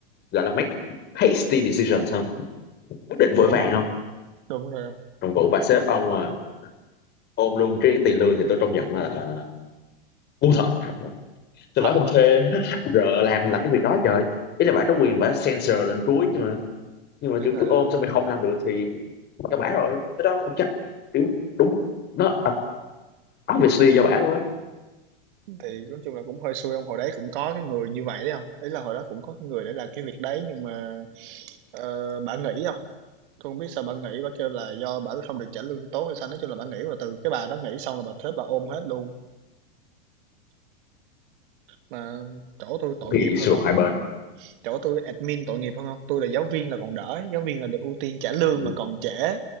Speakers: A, on the left (about 35°); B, on the right (about 60°).
A: gọi là make hasty decisions không quyết định vội
B: Đúng
A: vàng
B: không
A: không
B: Đúng rồi
A: trong vụ bà sếp ông à, ôm luôn cái tiền lương thì tôi trông giận là ngu thật sao
B: Thật
A: bà không
B: không
A: thuê hát rờ làm làm cái việc đó trời ý là bà
B: Đúng
A: có quyền
B: rồi
A: bà censor lên cuối chứ mà nhưng mà
B: Ý
A: kiểu
B: là
A: cứ ôm sao mày không làm được thì cho bả rồi cái đó không chắc kiểu đúng nó obviously do bả luôn á
B: thì nói chung là cũng hơi xui ông hồi đấy cũng có cái người như vậy đấy không ý là hồi đó cũng có cái người để làm cái việc đấy nhưng mà, ờ, bả nghỉ không Tôi hông biết sao bà nghỉ, bà kêu là do bà không được trả lương tốt hay sao, nói chung là bà nghỉ rồi từ cái bà đó nghỉ xong là bà thuế bà ôm hết luôn. mà chỗ tôi tội
A: thì
B: nghiệp hơn
A: xung
B: không
A: hai bên rồi
B: chỗ tôi admin tội nghiệp hơn không tôi là giáo viên là còn đỡ giáo viên là được ưu tiên trả lương
A: ừ.
B: mà còn trễ